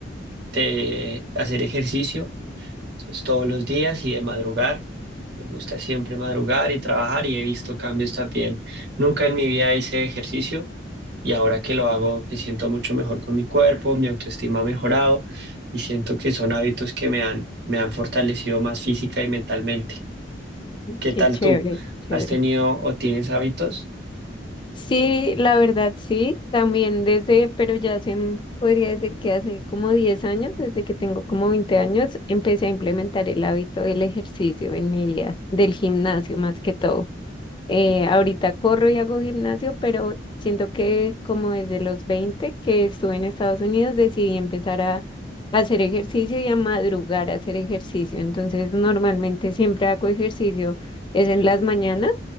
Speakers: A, on the right (about 60°); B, on the left (about 25°).
A: de hacer ejercicio entonces, todos los días y de madrugar. Me gusta siempre madrugar y trabajar y he visto cambios también. Nunca en mi vida hice ejercicio y ahora que lo hago me siento mucho mejor con mi cuerpo, mi autoestima ha mejorado y siento que son hábitos que me han, me han fortalecido más física y mentalmente. ¿Qué
B: Qué
A: tal
B: chévere,
A: tú?
B: qué chévere.
A: ¿Has tenido o tienes hábitos?
B: Sí, la verdad sí, también desde, pero ya hace, mm, podría decir que hace como 10 años, desde que tengo como 20 años, empecé a implementar el hábito del ejercicio en mi vida, del gimnasio más que todo. Eh, ahorita corro y hago gimnasio, pero siento que como desde los 20 que estuve en Estados Unidos decidí empezar a hacer ejercicio y a madrugar a hacer ejercicio. Entonces normalmente siempre hago ejercicio, es en las mañanas,